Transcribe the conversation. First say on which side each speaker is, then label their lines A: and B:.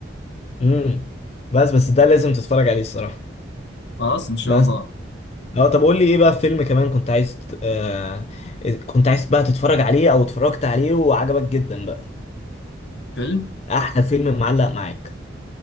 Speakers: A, on the left (about 35°); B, on the left (about 70°).
A: امم بس بس ده لازم تتفرج عليه الصراحه
B: خلاص ان شاء
A: بس
B: الله
A: اه طب قول لي ايه بقى فيلم كمان كنت عايز ت- آه كنت عايز بقى تتفرج عليه او اتفرجت عليه وعجبك جدا بقى
B: فيلم
A: احلى فيلم معلق معاك